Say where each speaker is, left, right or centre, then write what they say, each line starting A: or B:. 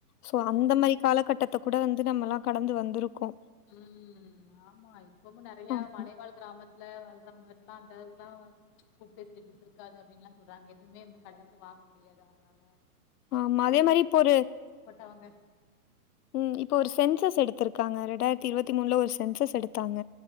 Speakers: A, on the left; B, on the left.
A: சோ
B: ஓ
A: அந்த மாதிரி காலகட்டத்தை கூட வந்து நம்மல்லா கடந்து வந்திருக்கோ
B: ம் ஆமா இப்பவு நெறய
A: ஆமா
B: மலைவாழ் கிராமத் துல வாழ்றவங்கெல்லா அந்த அதுகெல்லா புட்டேஸ்சிலிட்ஸ் இருக்காது அப்டின்னு எல்லா சொல்றாங்க எதுவுமே வந்து கடயில வந்து வாங்க முடியாது அவுங்களால
A: ஆமா அதே மாரி இப்போ ஒரு
B: பட் அவுங்க
A: ம் இப்போ ஒரு சென்சஸ் எடுத்திருக்காங்க ரெண்டாயிரத்தி இருபத்தி மூணுல ஒரு சென்சஸ் எடுத்தாங்க